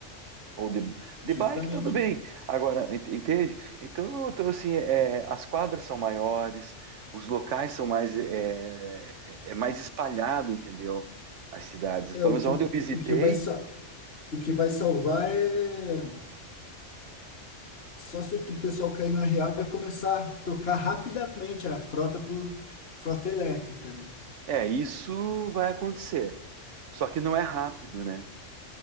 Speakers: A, on the right; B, on the left.
A: Ou de,
B: Justamente.
A: de bike, tudo bem. Agora, ent- entende? Então, então assim, é, as quadras são maiores, os locais são mais, é, é é mais espalhado, entendeu? As cidades.
B: É,
A: Pelo
B: o
A: menos
B: que,
A: onde eu visitei,
B: o que vai, sa- o que vai salvar é só se tu- o pessoal cair na real e começar a trocar rapidamente a frota por frota elétrica, né?
A: É, isso vai acontecer. Só que não é rápido, né?